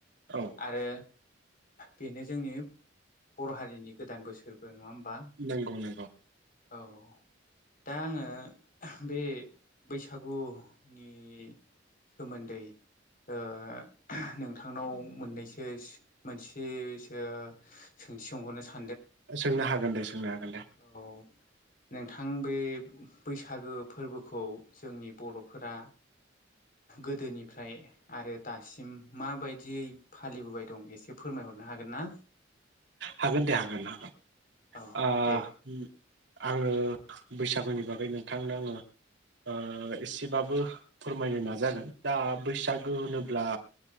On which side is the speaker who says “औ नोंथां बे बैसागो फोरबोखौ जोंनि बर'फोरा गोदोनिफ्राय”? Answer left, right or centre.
Left